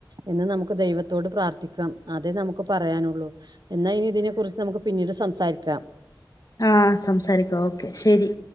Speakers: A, on the right (about 60°); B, on the left (about 50°).
A: എന്ന് നമുക്ക് ദൈവത്തോട് പ്രാർത്ഥിക്കാം, അതേ നമുക്ക് പറയാനുള്ളൂ. എന്നാൽ ഇനി ഇതിനെ കുറിച്ച് നമുക്ക് പിന്നീട് സംസാരിക്കാം.
B: ആഹ് സംസാരിക്കാം ഓക്കേ ശരി.